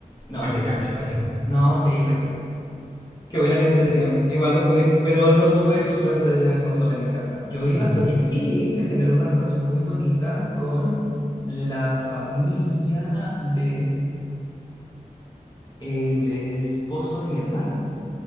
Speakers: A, on the left; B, on the right.
A: No,
B: para
A: sí,
B: que caches.
A: sí, ¿para qué?
B: <laughs>
A: po? No, sí, ¿para qué? Qué buena, que entretenido. Igual lo jugué, pero no tuve tu suerte de tener consola en mi casa. Yo iba,
B: Ujú.
A: lo que sí se generó una relación muy bonita con la familia de el esposo de mi hermana.